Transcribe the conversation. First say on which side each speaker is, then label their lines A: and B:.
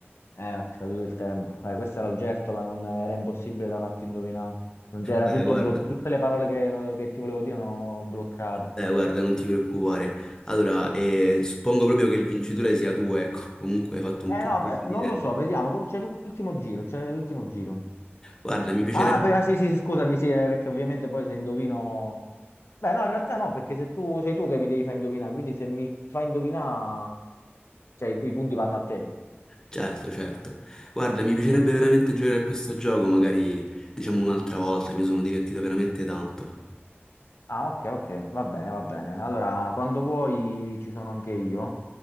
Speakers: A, on the left; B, on the left.
A: è scaduto il tempo. Eh, questa era l'ugertola, non era impossibile da farti indovinare. Non c'era
B: Eh,
A: tutto
B: guarda,
A: blo- tutte le parole che, no- che ti volevo dire erano bloccate.
B: eh, guarda, non ti preoccupare. Allora, eh, suppongo proprio che il vincitore sia tu, ecco. Comunque hai fatto un
A: Eh
B: punteggio
A: no, beh,
B: di
A: non
B: sette.
A: lo so, vediamo. Come- C'è l'ultimo giro, c'è l'ultimo giro.
B: Guarda, mi piacerebbe...
A: Ah, per- ah, sì, sì, scusami, sì, eh, perché ovviamente poi se indovino... Beh, no, in realtà no, perché se tu sei tu che mi devi far indovinare, quindi se mi fai indovinare, cioè i, i punti vanno a te.
B: Certo, certo. Guarda, mi piacerebbe veramente giocare a questo gioco, magari diciamo un'altra volta, mi sono divertito veramente tanto.
A: Ah, ok, ok, va bene, va bene. Allora, quando vuoi ci sono anche io.